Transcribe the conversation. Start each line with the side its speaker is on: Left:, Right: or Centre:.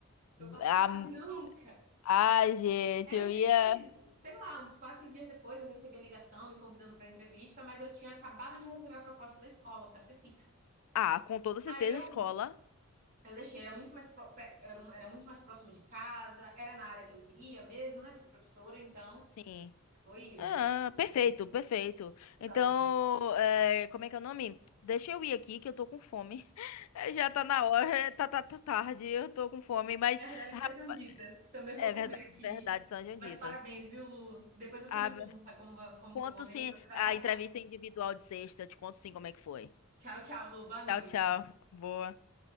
Right: eu faço
Left: Ah,
Right: isso mais nunca.
Left: ai, gente,
Right: Eu
Left: eu
Right: sei
Left: ia.
Right: que, sei lá, uns quatro dias depois eu recebi a ligação me convidando para entrevista, mas eu tinha acabado de receber a proposta da escola para ser fixa.
Left: Ah, com toda certeza,
Right: Aí eu,
Left: escola.
Right: eu deixei, era muito mais pro- pe- era, um- era muito mais próximo de casa, era na área que eu queria mesmo, né, ser professora, então
Left: Sim.
Right: foi isso.
Left: Ah,
Right: E-
Left: perfeito, perfeito.
Right: Exato.
Left: Então, é, como é que é o nome? Deixa eu ir aqui que eu tô com fome. <laughs> É, Já tá na hora, <laughs> tá, tá, tá tarde, eu tô com fome, mas
Right: Verdades
Left: rap-
Right: sejam ditas. Também vou
Left: é
Right: comer
Left: verdade,
Right: aqui.
Left: verdade, sejam ditas.
Right: Mas parabéns, viu, Lu? Depois você
Left: Ah,
Right: me conta como, va- como
Left: conto
Right: foi
Left: sim
Right: e você vai
Left: a
Right: passar.
Left: entrevista individual de sexta, te conto sim como é que foi.
Right: Tchau, tchau, Lu. Boa noite.
Left: Tchau, tchau. Boa.